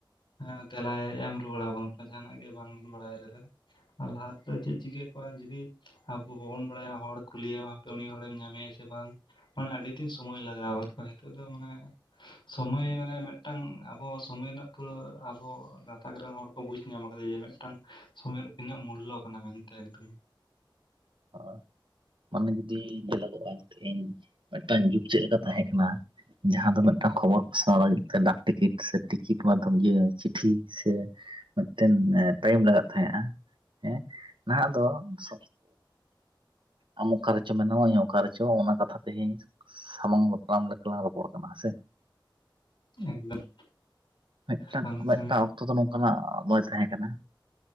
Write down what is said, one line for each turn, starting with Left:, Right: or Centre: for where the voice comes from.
Left: ᱦᱮᱸ ᱛᱮᱞᱟᱭ ᱮᱢ ᱨᱩᱣᱟᱹᱲ ᱟᱵᱚᱱ ᱠᱟᱱᱟ, ᱡᱟᱦᱟᱱᱟᱜ ᱜᱮ ᱵᱟᱝ ᱵᱟᱲᱟᱭ ᱨᱮᱫᱚ᱾ ᱟᱨ ᱞᱟᱦᱟ ᱛᱮᱫᱚ, ᱪᱮᱫ ᱪᱤᱠᱟᱹ ᱠᱚᱜᱼᱟ ᱡᱚᱫᱤ ᱟᱵᱚ ᱵᱟᱵᱚᱱ ᱵᱟᱲᱟᱭᱟ ᱦᱚᱲ ᱠᱩᱞᱤᱭᱮᱢ ᱦᱟᱯᱮ ᱩᱱᱤ ᱦᱚᱲᱮᱢ ᱧᱟᱢᱮᱭᱟ ᱥᱮ ᱵᱟᱝ᱾ ᱢᱟᱱᱮ ᱟᱹᱰᱤ ᱫᱤᱱ ᱥᱚᱢᱚᱭ ᱞᱟᱜᱟᱣ ᱜᱚᱫ ᱠᱚᱜ-ᱟ, ᱱᱤᱛᱳᱜ ᱫᱚ ᱢᱟᱱᱮ ᱥᱚᱢᱚᱭ ᱢᱟᱱᱮ ᱢᱤᱫᱴᱟᱝ ᱟᱵᱚ ᱥᱚᱢᱚᱭ ᱨᱮᱱᱟᱜ ᱯᱩᱨᱟᱹ, ᱟᱵᱚ ᱜᱟᱛᱟᱠ ᱨᱮᱱ ᱦᱚᱲ ᱵᱩᱡᱽ ᱧᱟᱢ ᱟᱠᱟᱫᱟ ᱡᱮ, ᱢᱤᱫᱴᱟᱝ ᱥᱚᱢᱚᱭ ᱨᱮ ᱛᱤᱱᱟᱹᱜ ᱢᱩᱞᱞᱚ ᱠᱟᱱᱟ ᱢᱮᱱᱛᱮ ᱮᱠᱫᱚᱢ᱾
Right: ᱦᱭ ᱢᱟᱱᱮ ᱡᱩᱫᱤ ᱧᱮᱞᱚᱜᱚᱜᱼᱟ, ᱤᱧ ᱢᱤᱫᱴᱟᱝ ᱡᱩᱜᱽ ᱪᱮᱫ ᱞᱮᱠᱟ ᱛᱟᱦᱮᱸᱠᱟᱱᱟ? ᱡᱟᱦᱟᱸ ᱫᱚ ᱢᱤᱫᱴᱟᱝ ᱠᱷᱚᱵᱚᱨ ᱯᱟᱥᱱᱟᱣ ᱞᱟᱹᱜᱤᱫ ᱛᱮ, ᱰᱟᱠ ᱴᱤᱠᱤᱴ ᱥᱮ ᱴᱤᱠᱤᱴ ᱢᱟᱫᱽᱫᱷᱚᱢ ᱤᱭᱟᱹ ᱪᱤᱴᱷᱤ ᱥᱮ ᱢᱤᱫᱴᱮᱱ ᱴᱟᱭᱤᱢ ᱞᱟᱜᱟᱜ ᱛᱟᱦᱮᱸᱫᱼᱟ᱾ ᱦᱮᱸ ᱱᱟᱦᱟᱜ ᱫᱚ ᱥ ᱟᱢ ᱚᱠᱟ ᱨᱮᱪᱚ ᱢᱮᱱᱟᱢᱟ, ᱤᱧ ᱚᱠᱟ ᱨᱮᱪᱚ, ᱚᱱᱟ ᱠᱟᱛᱷᱟ ᱛᱮᱦᱮᱧᱼᱼ ᱥᱟᱢᱟᱝ ᱫᱟᱯᱨᱟᱨᱟᱢ ᱞᱮᱠᱟᱞᱟᱝ ᱨᱚᱯᱚᱲ ᱠᱟᱱᱟ ᱥᱮ᱾
Left: ᱮᱠᱫᱚᱢ
Right: ᱢᱤᱫᱴᱟᱝ
Left: ᱥᱚᱸᱜᱮ
Right: ᱢᱤᱫᱴᱟᱝ
Left: ᱥᱚᱸᱜᱮ
Right: ᱚᱠᱛᱚ ᱫᱚ, ᱱᱚᱝᱠᱟᱱᱟᱜ ᱢᱚᱡ ᱛᱟᱦᱮᱸ ᱠᱟᱱᱟ᱾